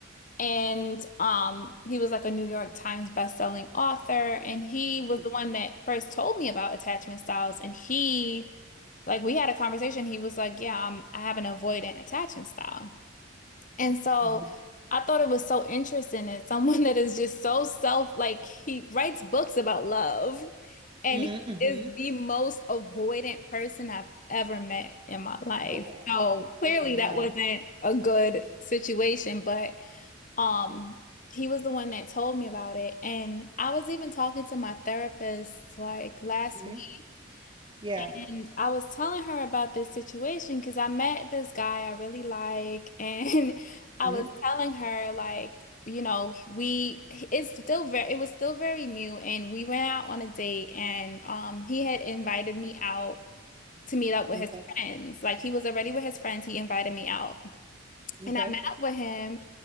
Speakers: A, on the left (about 40°); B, on the right (about 25°).
A: And um, he was like a New York Times best-selling author, and he was
B: Nice.
A: the one that first told me about attachment styles. And he, like, we had a conversation. He was like, "Yeah, I'm, I have an avoidant attachment style." And so
B: Mm-hmm.
A: I thought it was so interesting that someone <laughs> that is just so self, like, he writes books about love, and
B: Mm-hmm.
A: he is the most avoidant person I've ever met in my life.
B: Oh wow.
A: So clearly,
B: Oh wow.
A: that wasn't a good situation, but. Um, he was the one that told me about it. And I was even talking to my therapist like last
B: hmm
A: week,
B: Yeah.
A: and I was telling her about this situation because I met this guy I really like, and <laughs> I
B: hmm
A: was telling her like, you know, we it's still very it was still very new, and we went out on a date, and um he had invited me out to meet up with
B: Okay.
A: his friends. Like he was already with his friends, he invited me out.
B: Okay.
A: And I met up with him.